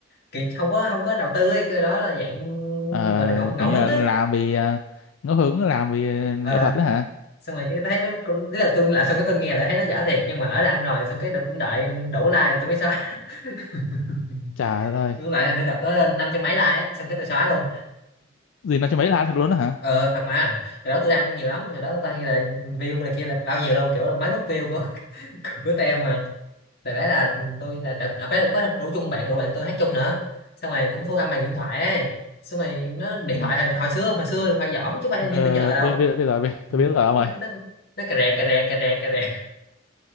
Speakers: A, on the left (about 50°); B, on the left (about 80°).
A: kiểu không có không có đầu tư ấy cái đó là dạng
B: Ờ,
A: gọi là ngẫu ngẫu
B: kiểu như
A: hứng
B: là
A: ấy
B: làm vì à, ngẫu hứng làm vì à, nghệ
A: ờ
B: thuật đấy hả
A: xong rồi cái thấy nó cũng- ý là tôi làm xong cái tôi nghe lại thấy nó dở thiệt nhưng mà lỡ đăng rồi xong cái đ- cũng đợi đủ like tôi mới xóa <laughs>
B: trời ơi
A: tôi lại là nó đợt có lên năm trăm mấy like á xong cái tôi xóa luôn
B: gì nó cho mấy là ăn thật luôn đó hả
A: ờ thật mà hồi đó tôi đăng nhiều lắm hồi đó tôi đăng như là view này kia là bao nhiêu luôn kiểu là mấy bắp view của <laughs> của tem mà tại đấy là tôi là đợt đợt đấy có rủ chung bạn rồi bạn tôi hát chung nữa xong rồi cũng thu âm bằng điện thoại ấy xong rồi nó điện
B: Ừ.
A: thoại hồi, hồi xưa hồi xưa điện thoại giỏm chứ không phải
B: ờ,
A: như bây giờ đâu
B: bây, bây giờ bây giờ bây-
A: Ừ.
B: tôi biết rồi ông ơi
A: nó nó nó cà rè cà rè cà rè cà rè